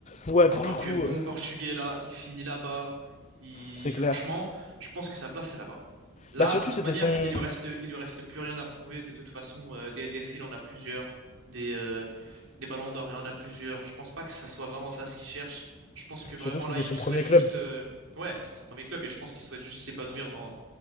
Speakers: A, on the left; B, on the right.
A: Ouais,
B: En
A: pour
B: tant
A: le
B: que
A: coup,
B: bon
A: euh,
B: Portugais, là, il finit là-bas. Il...
A: c'est clair.
B: Franchement, je pense que sa place, c'est là-bas. Là,
A: Bah, surtout,
B: de toute
A: c'était
B: manière,
A: son...
B: il lui reste, il lui reste plus rien à prouver. De toute façon, euh, des LDC, il en a plusieurs. Des, euh, des Ballons d'Or, il en a plusieurs. Je pense pas que ça soit vraiment ça ce qu'il cherche. Je pense que vraiment,
A: surtout que c'était
B: là, il
A: son
B: souhaite
A: premier
B: juste...
A: club.
B: euh, Ouais, c'est son premier club et je pense qu'il souhaite juste s'épanouir dans,